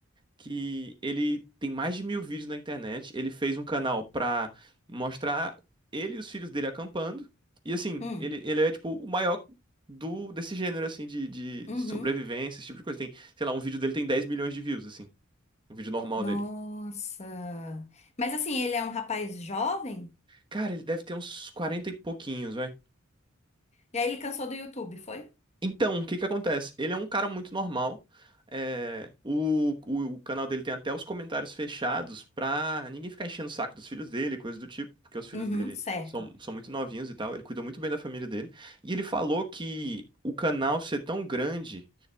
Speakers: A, on the right; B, on the left.
A: que ele tem mais de mil vídeos na internet. Ele fez um canal pra mostrar ele e os filhos dele acampando. E assim,
B: Hum,
A: ele, ele é tipo o maior do desse gênero assim de, de
B: uhum.
A: sobrevivência, esse tipo de coisa. Tem, sei lá, um vídeo dele tem 10 milhões de views, assim. Um vídeo normal
B: Nossa!
A: dele.
B: Mas assim, ele é um rapaz jovem?
A: Cara, ele deve ter uns 40 e pouquinhos, vai.
B: E aí ele cansou do YouTube, foi?
A: Então, o que que acontece? Ele é um cara muito normal. é, o, o, o canal dele tem até os comentários fechados pra ninguém ficar enchendo o saco dos filhos dele, coisa do tipo, porque os filhos
B: Uhum,
A: dele
B: certo.
A: são, são muito novinhos e tal. Ele cuida muito bem da família dele. E ele falou que o canal ser tão grande